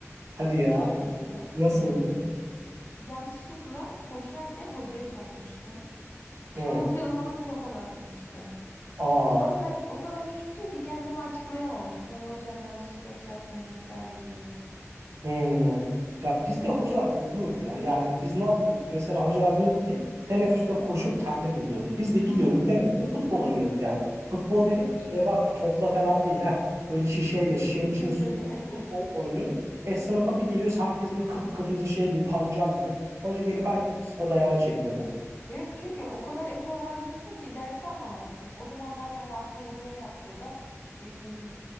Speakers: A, on the right (about 65°); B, on the left (about 35°).
A: Hadi ya.
B: Şöyle yedim.
A: Nasıldı?
B: Ee, yanlışlıkla koşarken hocaya çarpmıştım. Sonra
A: Hı.
B: hoca da bana bir tokat atmıştı.
A: Aa.
B: Ama ben o kadar küçüktüm ki kendimi açıklayamamıştım. Hani hocam yanlışlıkla çarptım vesaire diyerek.
A: Hı. Ya bizde hocalar dövüyordu ya. Yani biz ne yapıyorduk? Mesela hocalar diyordu ki teneffüste koşup terlemin diyordu. Biz de gidiyorduk
B: Hmm.
A: teneffüste futbol oynuyorduk yani. Futbol dediğim de şeye bakma topla falan değil ha. Böyle şişeyle şişenin içinde
B: Şişeyle.
A: su falan koyup
B: <laughs>
A: oyun oynuyoruz. E sınıfa bir geliyoruz herkes böyle kıpkırmızı şey gibi pancar gibi. Hoca gelip herkes bir sıra dayağını çekiyordu.
B: Evet çünkü o kadar efor harcıyorsun ki dersi anlamazsın. O zamanlarda hani aslında hocanın yaptığı da e,